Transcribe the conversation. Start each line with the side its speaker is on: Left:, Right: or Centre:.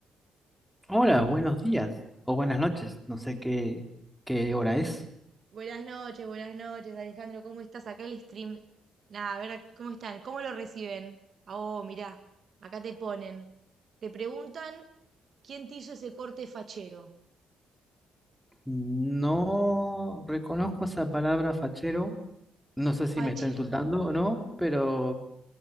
Centre: Hola, buenos días o buenas noches, no sé qué, qué hora es.
Right: Buenas noches, buenas noches, Alejandro, ¿cómo estás? Acá el stream. Nada, a ver, ¿cómo están? ¿Cómo lo reciben? Ah, Oh, mirá, acá te ponen. Te preguntan quién te hizo ese corte fachero.
Centre: No reconozco esa palabra fachero, no sé si
Right: Fachero.
Centre: me está insultando o no, pero